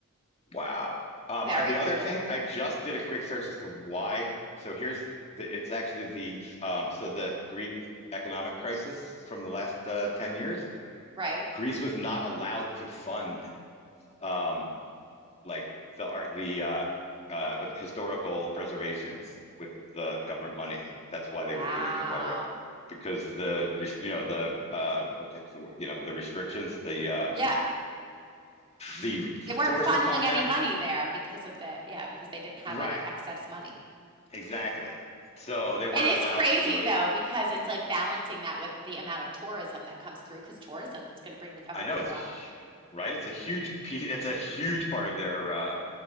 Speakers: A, on the left; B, on the right.
A: Wow. Um,
B: Very
A: I, the
B: cool.
A: other thing, I just did a quick search as to why. So here's the, it's actually the um, so the Greek economic crisis from the last uh, ten years.
B: Right.
A: Greece was not allowed to fund um, like the art, the uh, uh, with historical preservations with the government money. That's why
B: Wow.
A: they were doing the cover up because the you know the uh, what the, word? you know the restrictions the um,
B: Yeah.
A: the
B: They weren't
A: forced
B: funneling
A: upon
B: any
A: them.
B: money there because of the, yeah, because they didn't have
A: Right,
B: any excess money.
A: exactly. So they weren't
B: It is
A: allowed
B: crazy
A: to do it.
B: though, because it's like balancing that with the amount of tourism that comes through, because tourism is going to bring the government
A: I know it's
B: a lot
A: a
B: of money.
A: right. It's a huge piece. It's a huge part of their uh,